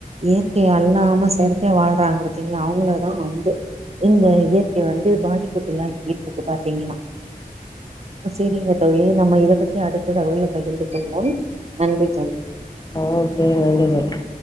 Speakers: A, on the right; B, on the left.
A: இயற்கை அல்லாம செயற்கை வாழ்றாங்க பாத்தீங்களா அவுங்கள ன்னா வந்து இந்த இயற்கையை வந்து பாதிப்புக்குள்ளாக்கிட்டு இருக்கு பாத்தீங்கன்னா சேரிங்க தோழி நம்ம இதை பத்தி அடுத்த தகவல்லா பகிர்ந்து கொள்வோம் நன்றி தோழி
B: ஆ சேர் வணக்கம் தோழி